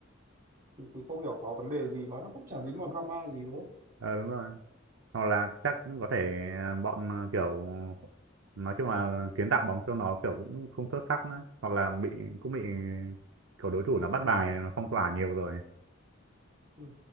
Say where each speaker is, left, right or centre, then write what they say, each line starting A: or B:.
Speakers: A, on the right (about 40°); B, on the right (about 70°).
A: Thì, thì không hiểu có vấn đề gì mà nó cũng chả dính vào drama gì đúng không
B: ờ đúng rồi hoặc là chắc cũng có thể à, bọn à, kiểu nói chung là kiến tạo bóng cho nó kiểu cũng không xuất sắc nữa hoặc là bị cũng bị kiểu đối thủ nó bắt bài nó phong tỏa nhiều rồi
A: ừ.